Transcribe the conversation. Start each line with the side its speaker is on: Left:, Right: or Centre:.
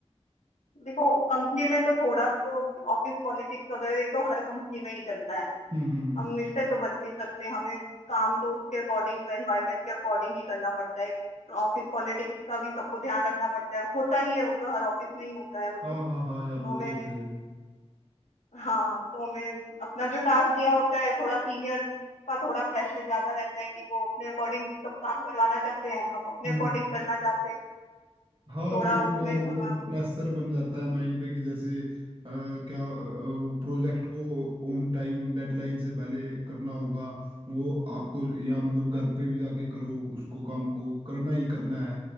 Left: देखो कंपनी में तो थोड़ा तो ऑफिस पॉलिटिक्स वगैरह ये तो हर कंपनी में ही चलता है
Right: हम्म हम्म हम्म
Left: हम इससे तो बच नहीं सकते हमें काम तो उसके अकॉर्डिंग एनवायरमेंट के अकॉर्डिंग ही करना पड़ता है ऑफिस पॉलिटिक्स का भी सबको ध्यान रखना पड़ता है होता ही है वो तो हर ऑफिस में ही होता है वो तो
Right: हाँ हाँ हाँ
Left: तो
Right: यार वो तो
Left: हमें
Right: होते ही है
Left: हाँ तो हमें अपना जो टास्क दिया होता है थोड़ा सीनियर का थोड़ा प्रेशर ज्यादा रहता है कि वो अपने अकॉर्डिंग सब काम करवाना चाहते हैं हम अपने
Right: हम्म
Left: अकॉर्डिंग करना चाहते हैं
Right: हाँ
Left: तो थोड़ा
Right: वही तो
Left: उसमें
Right: यार मतलब
Left: थोड़ा
Right: प्रेशर बन जाता है माइंड पे कि जैसे अ, क्या प्रोजेक्ट को ऑन टाइम डेडलाइन से पहले करना होगा वो आपको या मतलब घर पे भी जाके करो उसको काम को करना ही करना है